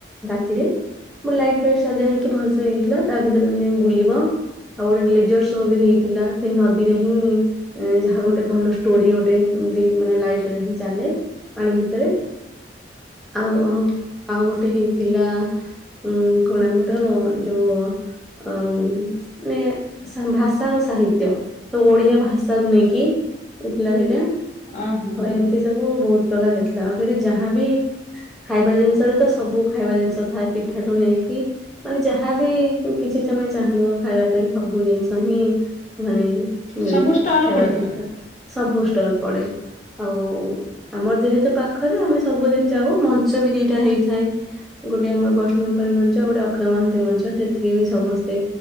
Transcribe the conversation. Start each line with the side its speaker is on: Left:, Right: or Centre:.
Centre: ରାତିରେ ଲାଇଟ ଫାଇଟ ସଜା ହେଇକି ଭଲସ ହେଇଥିଲା ତା ଭିତରେମେ ବୁଲିବ ଆଉ ଗୋଟେ ଲେଜର ସୋ ବି ହେଇଥିଲା ସେ ନଦୀରେ ହିଁ ଯାହା ଗୋଟେ ଭଲ ଷ୍ଟୋରି ଗୋଟେ ମାନେ ଲାଇଟରେ ହିଁ ଚାଲେ ପାଣି ଭିତରେ ଆଉ ଆ ଆଉ ଗୋଟେ ହେଇଥିଲା। ଉଁ କଣ ଆମର ଯୋଉ ଅ ମାନେ ଭାଷା ଓ ସାହିତ୍ୟ ସବୁ ଓଡିଆ ଭାଷାକୁ ନେଇକି ଏଥିଲା ସେଇଟା
Left: ଓହୋ
Centre: ହଁ ଏମିତି ସବୁ ବହୁତ ପ୍ରକାର ହେଇଥିଲା ଆଉ ସେଠି ଯାହାବି ଖାଇବା ଜିନିଷ ରେ ତ ସବୁ ଖାଇବା ଜିନିଷ ଥାଏ ପିଠା ପିଠୁ ନେଇକି ମାନେ ଯାହାବି କିଛି ତମେ ଚାହିଁବ ଖାଇବା ପାଇଁ ସବୁ ଜିନିଷ ହିଁ ମାନେ ମିଳେ
Left: ସବୁ ଷ୍ଟଲ
Centre: ଖାଇଜିନିଷ
Left: ପଡିଥିଲା
Centre: ସବ ଗୋଷ୍ ଷ୍ଟଲ ପଡେ, ଆଉ ଆମର ଯେହେତୁ, ପାଖରେ ଆମେ ସବୁଦିନ ଯାଉ ମଞ୍ଚ ବି ଦିଟା ହେଇଥାଏ, ଗୋଟେ ଆମର ବ ଣୁଣି ମଞ୍ଚ, ଗୋଟେ ଅକ୍ଷୟ ମହାନ୍ତି ମଞ୍ଚ, ସେଥିରେ ବି ସମସ୍ତେ